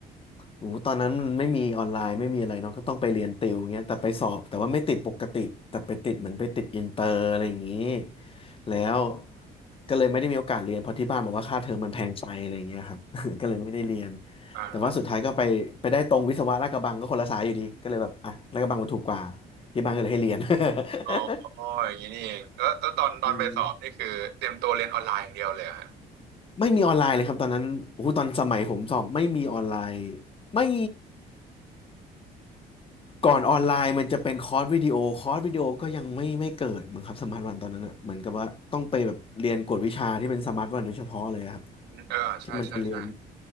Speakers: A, on the left; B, on the right.
A: โอ้โหตอนนั้นมันไม่มีออนไลน์ไม่มีอะไรเนาะก็ต้องไปเรียนติวเงี้ยแต่ไปสอบแต่ว่าไม่ติดปกติแต่ไปติดเหมือนไปติดอินเตอร์อะไรอย่างนี้แล้วก็เลยไม่ได้มีโอกาสเรียนเพราะที่บ้านบอกว่าค่าเทอมมันแพงไปอะไรอย่างเงี้ยครับ <laughs> ก็เลยไม่ได้เรียน
B: อ่า
A: แต่ว่าสุดท้ายก็ไปไปได้ตรงวิศวะลาดกระบังก็คนละสายอยู่ดีก็เลยแบบอ่ะลาดกระบังมันถูกกว่าที่บ้านก็เลยให้เรียน <laughs>
B: อ๋ออ๋ออย่างนี้นี่เองแล้วแล้วตอนตอนไปสอบนี่คือเตรียมตัวเรียนออนไลน์อย่างเดียวเลยเหรอฮะ
A: อืมไม่มีออนไลน์เลยครับตอนนั้นโอ้โหตอนสมัยผมสอบไม่มีออนไลน์ไม่ ก่อนออนไลน์มันจะเป็นคอร์สวิดีโอคอร์สวิดีโอก็ยังไม่ไม่เกิดมั้งครับสมาร์ทวันตอนนั้นอ่ะเหมือนกับว่าต้องไปแบบเรียนกวดวิชาที่เป็นสมาร์ทวันโดยเฉพาะเลยอะครับ
B: อืมเออใช่ใช่ใช่
A: ที่มันจะเรียน